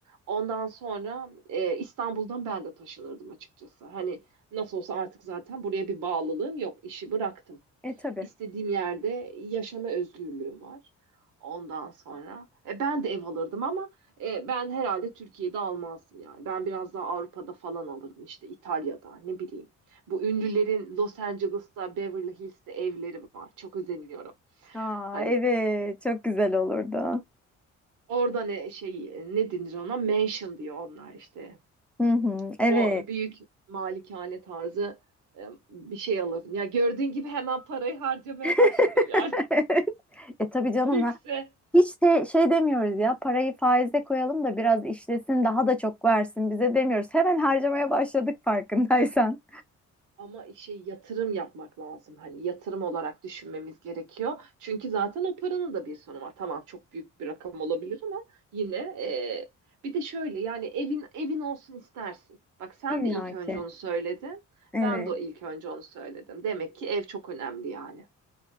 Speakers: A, on the right; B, in the centre.
A: Ondan sonra e, İstanbul'dan ben de taşınırdım açıkçası. Hani nasıl olsa artık zaten buraya bir bağlılığım yok işi bıraktım.
B: E tabii.
A: İstediğim yerde yaşama özgürlüğüm var. Ondan sonra e, ben de ev alırdım ama e, ben herhalde Türkiye'de almazdım yani. Ben biraz daha Avrupa'da falan alırdım işte İtalya'da ne bileyim. Bu ünlülerin Los Angeles'ta, Beverly Hills'te evleri var. Çok özeniyorum.
B: Aa
A: Hani
B: evet. Çok güzel olurdu.
A: orada ne şey ne denir ona? Mansion diyor onlar işte.
B: Hı hı. Evet.
A: O büyük malikane tarzı e, bir şey alırdım. Ya gördüğün gibi hemen parayı harcamaya
B: <laughs>
A: başladım yani.
B: E tabii
A: <laughs>
B: canım
A: Lükse.
B: lan. Hiç de şey demiyoruz ya parayı faize koyalım da biraz işlesin daha da çok versin bize demiyoruz. Hemen harcamaya başladık farkındaysan.
A: Ama şey yatırım yapmak lazım. Hani yatırım olarak düşünmemiz gerekiyor. Çünkü zaten o paranın da bir sonu var. Tamam çok büyük bir rakam olabilir ama yine e, bir de şöyle yani evin evin olsun istersin. Bak sen
B: İlla
A: de ilk önce
B: ki.
A: onu söyledin.
B: Evet.
A: Ben de ilk önce onu söyledim. Demek ki ev çok önemli yani.